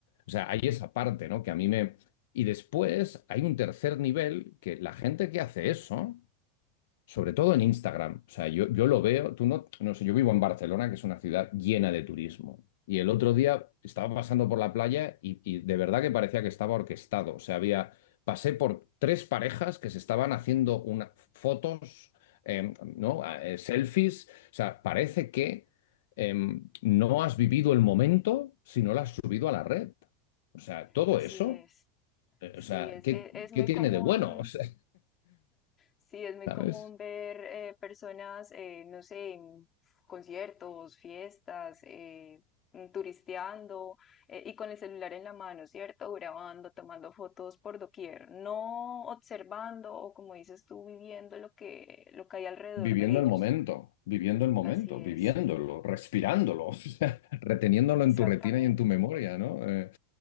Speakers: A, on the left (about 75°); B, on the left (about 25°).
A: O sea, hay esa parte, ¿no? Que a mí me. Y después hay un tercer nivel que la gente que hace eso sobre todo en Instagram. O sea, yo, yo lo veo, tú no, no sé, yo vivo en Barcelona, que es una ciudad llena de turismo. Y el otro día estaba pasando por la playa y, y de verdad que parecía que estaba orquestado. O sea, había, pasé por tres parejas que se estaban haciendo una, fotos, em, ¿no? A- eh, selfies. O sea, parece que em, no has vivido el momento si no lo has subido a la red. O sea, todo
B: así
A: eso,
B: es.
A: eh,
B: Sí,
A: o sea,
B: es,
A: ¿qué,
B: e- es muy
A: qué tiene
B: común,
A: de bueno? <laughs> O sea,
B: sí, es muy
A: ¿sabes?
B: común ver eh, personas, eh, no sé, en conciertos, fiestas, eh, mm, turisteando eh, y con el celular en la mano, ¿cierto? Grabando, tomando fotos por doquier, no observando o como dices tú, viviendo lo que, lo que hay alrededor
A: Viviendo
B: de ellos.
A: el momento, viviendo el momento,
B: Así es,
A: viviéndolo, respirándolo, <laughs> o sea, reteniéndolo
B: exactamente.
A: en tu retina y en tu memoria, ¿no? Eh,